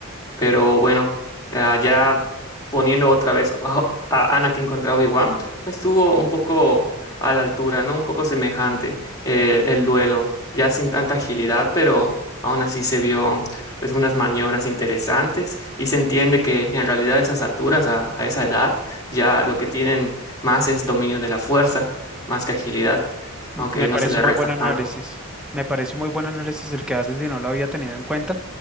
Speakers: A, on the left; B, in the centre.
A: pero bueno, ah, ya poniendo otra vez <laughs> a a Anakin contra Obi-Wan, pues estuvo un poco a la altura, ¿no? Un poco semejante eh, el duelo, ya sin tanta agilidad, pero aún así se vio pues unas maniobras interesantes y se entiende que en realidad a esas alturas, a, a esa edad, ya lo que tienen más es dominio de la fuerza, más que agilidad,
B: M-
A: aunque
B: Me
A: no
B: pareció
A: se le
B: muy
A: resta
B: buen
A: tanto.
B: análisis. Me parece muy buen análisis el que haces y no lo había tenido en cuenta.